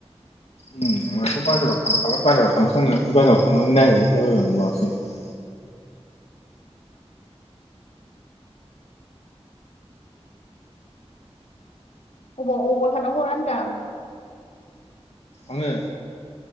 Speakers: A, on the left (about 70°); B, on the left (about 85°).
A: उम नोंहाथ' बाजाराव थांखाबाय बाजाराव थांस थांनानै बाजाराव थांनानै नागिरहैला बायबाय आं नुवाखसै ओमफ्राय।
B: अबाव अबाव थाना हरा होनदां?
A: आङो